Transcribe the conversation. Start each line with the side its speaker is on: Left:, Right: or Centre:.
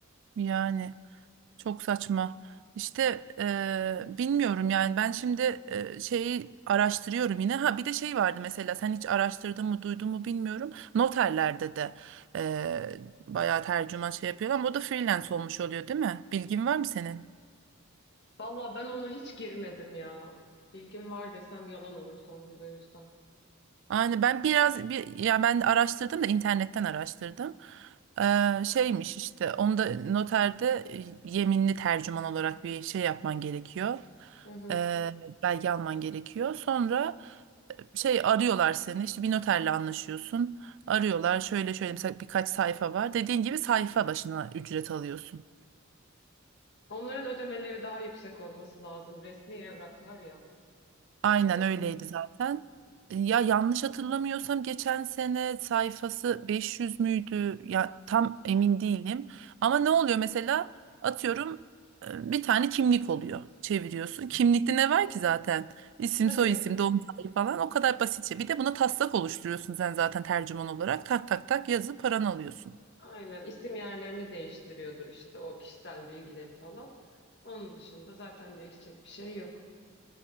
Right: yani. Çok saçma. İşte eee, bilmiyorum yani ben şimdi eee, şeyi araştırıyorum yine. Ha bir de şey vardı mesela sen hiç araştırdın mı duydun mu bilmiyorum. Noterlerde de eee bayağı tercüman şey yapıyorlar ama o da freelance olmuş oluyor değil mi? Bilgin var mı senin?
Left: Valla ben ona hiç girmedim ya. Bilgim var desem yalan olur Songül o yüzden.
Right: Yani ben biraz bir, ya ben araştırdım da internetten araştırdım. Eee, şeymiş işte onda noterde e, yeminli tercüman olarak bir şey yapman gerekiyor.
Left: Hı hı.
Right: Eee belge alman gerekiyor. Sonra şey arıyorlar seni işte bir noterle anlaşıyorsun arıyorlar şöyle şöyle mesela birkaç sayfa var dediğin gibi sayfa başına ücret alıyorsun
Left: Onların ödemeleri daha yüksek olması lazım. Resmi evraklar ya.
Right: aynen
Left: Ee,
Right: öyleydi zaten ya yanlış hatırlamıyorsam geçen sene sayfası 500 müydü ya tam emin değilim ama ne oluyor mesela atıyorum e, bir tane kimlik oluyor çeviriyorsun kimlikte ne var ki zaten isim
Left: tabii
Right: soy isim doğum tarihi falan o kadar basitçe bir de buna taslak oluşturuyorsun sen zaten tercüman olarak tak tak tak yazıp paranı alıyorsun
Left: aynen isim yerlerini değiştiriyordur işte o kişisel bilgileri falan. Onun dışında zaten değişecek bir şey yok.